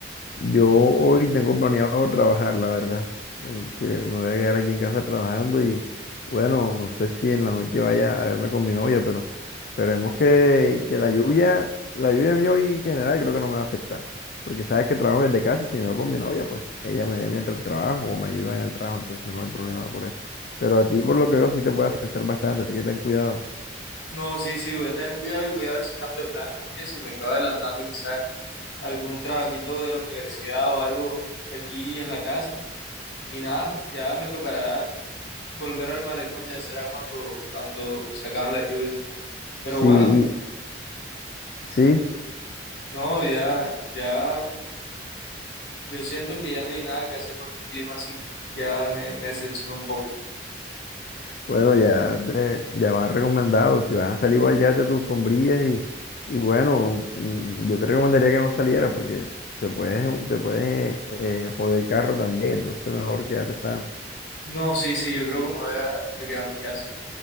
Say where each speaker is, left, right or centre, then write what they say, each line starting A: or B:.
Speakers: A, on the left; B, on the left.
A: Yo hoy tengo planeado trabajar, la verdad. en que me voy a quedar aquí en casa trabajando y bueno, no sé si en la noche vaya a verme con mi novia, pero esperemos que, que la lluvia, la lluvia a mí hoy en general creo que no me va a afectar. Porque sabes que trabajo desde casa y si me voy con mi novia, pues ella me ve mientras trabajo o me ayuda en el trabajo, entonces no hay problema por eso. Pero a ti por lo que veo sí te puede afectar bastante, así que ten cuidado.
B: No, sí, sí, voy a tener cuidado y voy a ver si cambio de planes también, si me quedo adelantando quizás algún trabajito de la universidad o algo aquí en la casa. Y nada, ya me tocará volver al malecón, ya será cuando, cuando se acaben las lluvias. Pero
A: Sí,
B: bueno,
A: y- sí,
B: no, ya, ya, yo siento que ya no hay nada que hacer con este clima así, ya me, me decepcionó un poco.
A: Bueno, ya, te- ya vas recomendado. Si vas a salir igual, llévate tus sombrillas y, y bueno, mm, yo te recomendaría que no saliera porque te puedes, te puedes eh, joder el carro también. Entonces mejor quédate sano.
B: No, sí, sí, yo creo que me voy a, a quedar en mi casa.